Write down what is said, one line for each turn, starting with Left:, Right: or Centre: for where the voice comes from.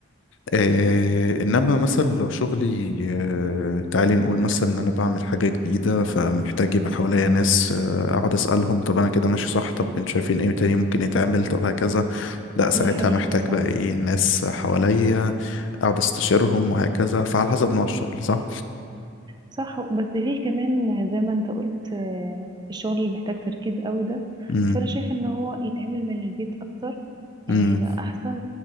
Left: آه، انما مثلا لو شغلي آه، تعالي نقول مثلا ان انا بعمل حاجه جديده فمحتاج يبقى حواليا ناس آه، اقعد اسالهم طب انا كده ماشي صح طب انتوا شايفين ايه تاني ممكن يتعمل طب هكذا لا ساعتها
Right: دي حقيقة
Left: محتاج
Right: صراحة
Left: بقى ايه ناس حواليا اقعد استشيرهم وهكذا فعلى حسب نوع الشغل صح
Right: صح بس في كمان زي ما انت قلت آه، الشغل اللي بيحتاج تركيز قوي ده
Left: امم
Right: فانا شايف ان هو يتعمل من البيت اكتر يعني
Left: امم
Right: هيبقى احسن